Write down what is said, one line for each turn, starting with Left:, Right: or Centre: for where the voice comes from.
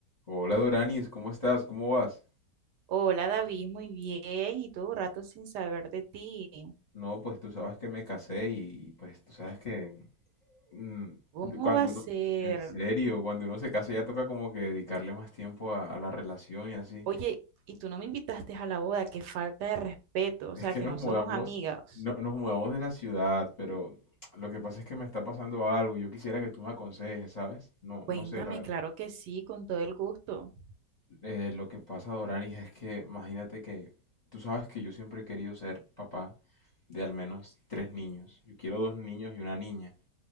Left: Hola Doranis, ¿cómo estás? ¿Cómo vas?
Right: Hola David, muy bien. Y todo rato sin saber de ti.
Left: No, pues tú sabes que me casé y pues tú sabes que mm,
Right: ¿Cómo
Left: cuando
Right: va a ser?
Left: uno, en serio, cuando uno se casa ya toca como que dedicarle más tiempo a, a la relación y así.
Right: Oye, y tú no me invitaste a la boda, qué falta de respeto, o
Left: Es
Right: sea,
Left: que
Right: que
Left: nos
Right: no
Left: mudamos,
Right: somos amigas.
Left: no, nos mudamos de la ciudad, pero lo que pasa es que me está pasando algo. Yo quisiera que tú me aconsejes, ¿sabes? No,
Right: Cuéntame,
Left: no sé, la verdad.
Right: claro que sí, con todo el gusto.
Left: Eh, lo que pasa, Doranis, es que imagínate que tú sabes que yo siempre he querido ser papá de al menos tres niños. Yo quiero dos niños y una niña.